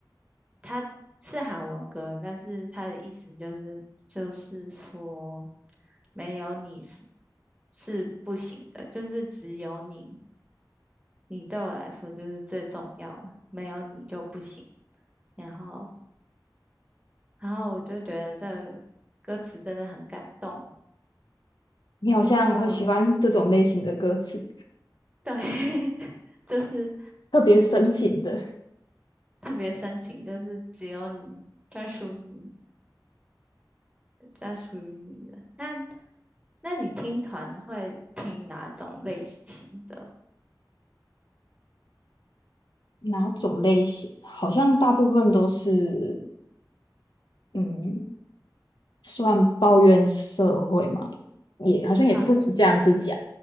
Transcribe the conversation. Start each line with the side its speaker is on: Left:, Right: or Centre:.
Right: 它是韩文歌，但是它的意思就是就是说没有你是是不行的，就是只有你，你对我来说就是最重要了，没有你就不行。然后，然后我就觉得这歌词真的很感动，
Left: 你好像很喜欢这种类型的歌词，
Right: 就对，<laughs> 就是
Left: 特别深情的。
Right: 特别深情，就是只有你专属你，专属于你的。那那你听团会听哪种类型的
Left: 哪种类型？好像大部分都是，嗯，算抱怨社会嘛，也好像也不能这样子讲，
Right: 抱怨社会是